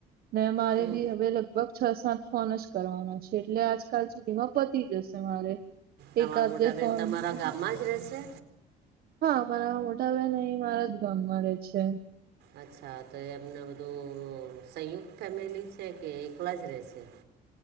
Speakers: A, on the right; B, on the right.
A: ને મારે
B: હમ
A: બી હવે લગ ભગ છ સાત ફન જ કરવાના છે એટલે આજકાલ સુધી માં પતી જશે મારે.
B: તમારા
A: એકદલે
B: મોટા
A: ફોર્મ
B: બેન તમારા
A: પર
B: ગામમાં જ રહે છે
A: હા પણ મોટા બહેન અહી મારા જ ગામમાં રહેે છે.
B: અચ્છા તો એ એમને બધું સંયુક્ત ફેમિલી છે કે એકલા જ રહેશે.